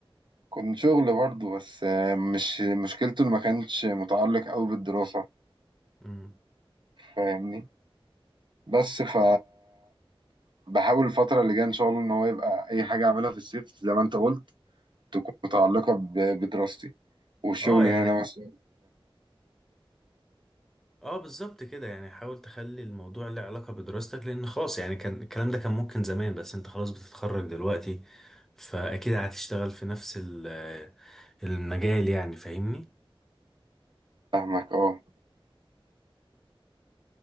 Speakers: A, on the right; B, in the centre.
A: كنت شغل برضه بس آه، مش مشكلته إن ما كانش متعلق أوي بالدراسة
B: امم
A: فاهمني بس ف بحاول الفترة اللي جاية إن شاء الله إن هو يبقى أي حاجة أعملها في الصيف زي ما أنت قلت تكون متعلقة ب- بدراستي والشغل
B: اه
A: اللي
B: يعني
A: أنا مثلا
B: اه بالظبط كده يعني حاول تخلي الموضوع له علاقة بدراستك لان خلاص يعني كان الكلام ده كان ممكن زمان بس انت خلاص بتتخرج دلوقتي فاكيد هتشتغل في نفس ال- المجال يعني فاهمني
A: فاهمك أه